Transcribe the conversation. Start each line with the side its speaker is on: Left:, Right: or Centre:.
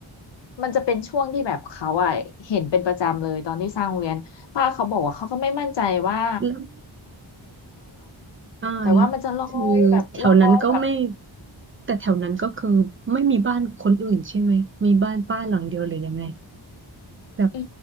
Left: มันจะเป็นช่วงที่แบบเขาอ่ะเห็นเป็นประจำเลยตอนที่สร้างโรงเรียนป้าเขาบอกว่าเขาก็ไม่มั่นใจว่า
Right: แล้วอ่าแล้วคือ
Left: แต่ว่ามันจะลอยแบบลอยแบบ
Right: แถวนั้นก็ไม่ แต่แถวนั้นก็คือไม่มีบ้านคนอื่นใช่ไหม มีบ้านป้าหลังเดียวหรือยังไงแบบ
Left: อื